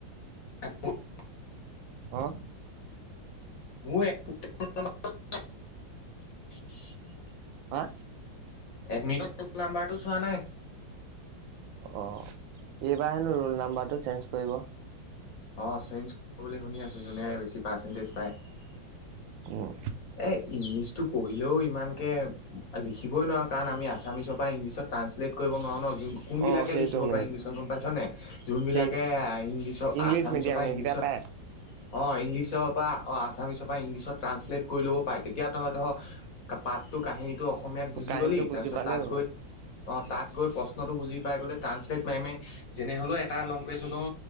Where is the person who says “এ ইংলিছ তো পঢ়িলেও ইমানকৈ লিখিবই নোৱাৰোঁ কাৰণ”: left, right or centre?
Left